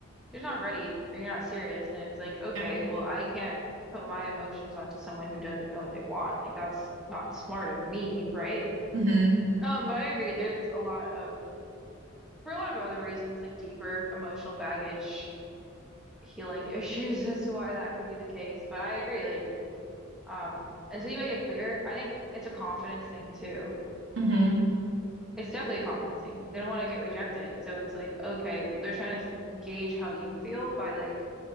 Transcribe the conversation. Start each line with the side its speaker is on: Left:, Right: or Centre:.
Centre: you're not ready or you're not serious and it's like, okay,
Right: Yeah.
Centre: well, I can't put my emotions onto someone who doesn't know what they want. Like that's not smart of me, right?
Right: Mm-hmm.
Centre: Um, but I agree, there's a lot of for a lot of other reasons, like deeper emotional baggage healing issues. <laughs> That's why that could be the case. But I agree, like, um, until you make it clear, I think it's a confidence thing too.
Right: Yeah. Mm-hmm.
Centre: It's definitely a confidence thing. They don't want to get rejected. So it's like, okay, they're trying to gauge how you feel by like